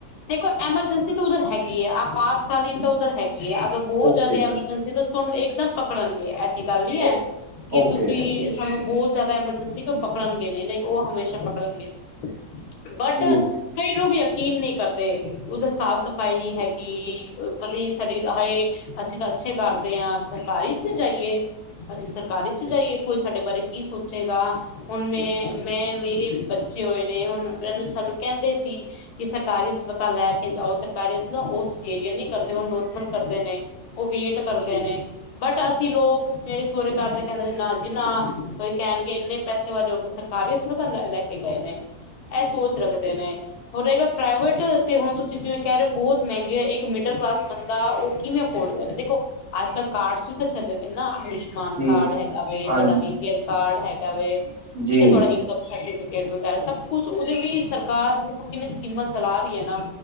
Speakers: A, on the left (about 80°); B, on the right (about 85°).
A: ਦੇਖੋ ਐਮਰਜੈਂਸੀ ਤਾਂ ਉਧਰ ਹੈਗੀ ਹੈ ਆਪਾਤਕਾਲੀਨ ਤਾਂ ਉੱਧਰ ਹੈਗੀ ਇਹ ਅਗਰ ਬਹੁਤ
B: ਓਕੇ
A: ਜ਼ਿਆਦਾ
B: ਜੀ
A: ਐਮਰਜੈਂਸੀ ਤਾਂ ਤੁਹਾਨੂੰ ਇੱਕਦਮ ਪਕੜਨਗੇ ਐਸੀ ਗੱਲ ਨੀ ਹੈ
B: ਓ
A: ਕਿ
B: ਓਕੇ
A: ਤੁਸੀਂ ਸਾਨੂੰ ਬਹੁਤ ਜ਼ਿਆਦਾ ਐਮਰਜੈਂਸੀ ਕਿ ਉਹ ਪਕੜਨਗੇ ਨਹੀਂ ਨਹੀਂ ਉਹ ਹਮੇਸ਼ਾ ਪਕੜਨਗੇ ਬਟ
B: ਜੀ
A: ਕਈ ਲੋਕ ਯਕੀਨ ਨਹੀਂ ਕਰਦੇ ਉੱਧਰ ਸਾਫ਼ ਸਫ਼ਾਈ ਨਹੀਂ ਹੈਗੀ ਪਤਾ ਸਾਡੀ ਹਏ ਅਸੀਂ ਤਾਂ ਅੱਛੇ ਕਰਦੇ ਹਾਂ ਸਰਕਾਰੀ ਚ ਨ ਜਾਈਏ ਅਸੀਂ ਸਰਕਾਰੀ ਚ ਜਾਈਏ ਕੋਈ ਸਾਡੇ ਬਾਰੇ ਕੀ ਸੋਚੇਗਾ ਹੁਣ ਮੈਂ ਮੈਂ ਮੇਰੇ ਬੱਚੇ ਹੋਏ ਨੇ ਹੁਣੂੰ ਸਾਨੂੰ ਕਹਿੰਦੇ ਸੀ ਕੀ ਸਰਕਾਰੀ ਹਸਪਤਾਲ ਲੈ ਕੇ ਜਾਓ ਸਰਕਾਰੀ ਹਸਪਤਾਲ ਉਹ ਸੇਜੇਰੀਅਨ ਨਹੀਂ ਕਰਦੇ ਉਹ ਨੋਰਮਲ ਕਰਦੇ ਨੇ ਉਹ ਵੇਟ ਕਰਦੇ
B: ਜੀ
A: ਨੇ ਬਟ ਅਸੀਂ ਅ ਲੋਕ ਸਵੇਰੇ ਸਹੁਰੇ ਕਰਦੇ ਕਹਿੰਦੇ ਨਾ ਜੀ ਨਾ ਕੋਈ ਕਹਿਣਗੇ ਇੰਨੇ ਪੈਸੇ ਵਾਲੇ ਹੋਈ ਸਰਕਾਰੀ ਹਸਪਤਾਲ ਲੈ ਲੈ ਕੇ ਗਏ ਨੇ ਇਹ ਸੋਚ ਰੱਖਦੇ ਨੇ ਹੋ ਰਹੇਗਾ ਪ੍ਰਾਈਵੇਟ ਤੇ ਹੁਣ ਤੁਸੀ ਜਿਵੇਂ ਕਹਿ ਰਹੇ ਹੋ ਬਹੁਤ ਮਹਿੰਗੇ ਹੈ ਇੱਕ ਮਿਡਲ ਕਲਾਸ ਬੰਦਾ ਕਿਵੇਂ ਅਫੋਰਡ
B: ਜੀ
A: ਕਰ ਦੇਖੋ ਆਜ ਕਲ ਕਾਰਡਸ ਵੀ ਤਾਂ ਚੱਲਦੇ ਨਾ ਆ ਆਯੁਸ਼ਮਾਨ
B: ਜੀ
A: ਕਾਰਡ ਹੈਗਾ
B: ਹਾਂਜੀ
A: ਤੁਹਾਡਾ ਵੀ ਪੀ ਐਲ ਕਾਰਡ ਹੈ ਜਾਵੇ ਠੀਕ
B: ਜੀ
A: ਥੋਡਾ ਇਨਕਮ ਸਰਟੀਫਿਕੇਟ ਕ ਵਗ਼ੈਰਾ ਸਭ ਕੁਛ ਉਹਦੋਂ ਵੀ ਸਰਕਾਰ ਦੇਖੋ ਕਿੰਨੀ ਸਕੀਮਾਂ ਚਲਾ ਰਹੀ ਨਾ